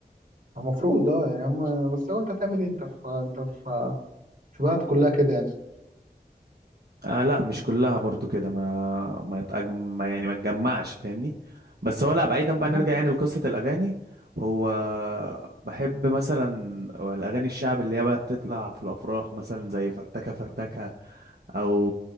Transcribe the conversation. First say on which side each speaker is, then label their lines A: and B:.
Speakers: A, on the right; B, on the right.
A: المفروض اه يعني هم بس هو انت هتعمل ايه انت في انت في في بلد كلها كده يعني
B: آه لا مش كلها برضو كده ما ما, يتأج... ما يعني ما تجمعش فاهمني بس هو لا بعيدا بقى
A: المهم،
B: نرجع يعني لقصة الاغاني هو بحب مثلا الاغاني الشعب اللي هي بقى بتطلع في الافراح مثلا زي فرتكه فرتكه او